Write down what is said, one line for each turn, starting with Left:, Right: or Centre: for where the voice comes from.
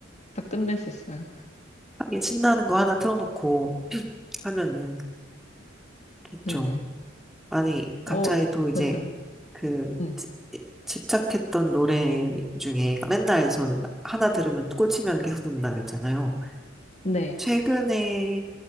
Left: 다 끝낼 수 있어요.
Centre: 하긴 신나는 거 하나 틀어놓고 하면은 좋죠.
Left: 네네.
Centre: 아니 갑자기
Left: 어,
Centre: 또 이제
Left: 맞아.
Centre: 그
Left: 응.
Centre: 지- 집착했던 노래 중에 맨날 저는 하나 들으면 꽂히면 계속 듣는다고 했잖아요.
Left: 네.
Centre: 최근에